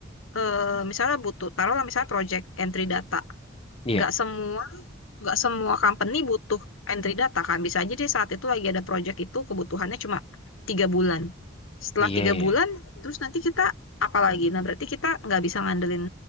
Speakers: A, on the left (about 85°); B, on the left (about 30°).
A: eh, misalnya butuh, taruhlah misalnya project entry data.
B: Iya,
A: Nggak semua nggak semua company butuh entry data kan. Bisa aja dia saat itu lagi ada project itu kebutuhannya cuma tiga bulan. Setelah
B: iya,
A: tiga
B: iya,
A: bulan, terus nanti kita apa lagi? Nah, berarti kita nggak bisa ngandelin